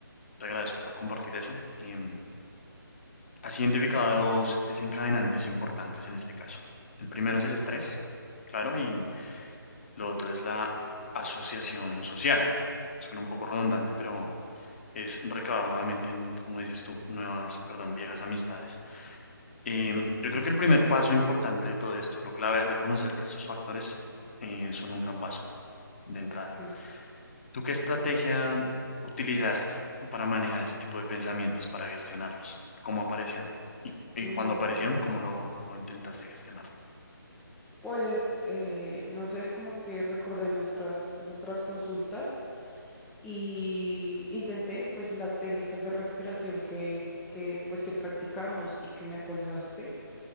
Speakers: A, on the left (about 35°); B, in the centre.
A: Te agradezco por compartir eso. Y, mm, Has identificado dos desencadenantes importantes en este caso. El primero es el estrés, claro, y lo otro es la asociación social. Suena un poco redundante, pero es recabar nuevamente, en, como dices tú, nuevas, perdón, viejas amistades. Eh, yo creo que el primer paso importante de todo esto y lo clave es reconocer que estos factores eh, son un gran paso de entrada.
B: que,
A: ¿Tú qué estrategia utilizaste para manejar ese tipo de pensamientos, para gestionarlos? ¿Cómo aparecieron? Y, y
B: mm,
A: cuando aparecieron, ¿cómo lo, lo intentaste gestionar?
B: pues eh, no sé, como que recordé nuestras, nuestras consultas y intenté pues las técnicas de respiración que, que pues que practicamos y que me aconsejaste